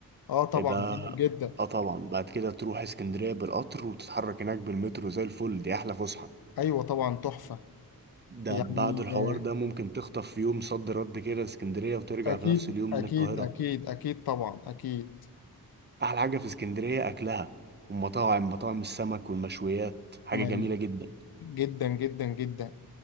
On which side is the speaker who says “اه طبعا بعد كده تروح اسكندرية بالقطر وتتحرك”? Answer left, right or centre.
Right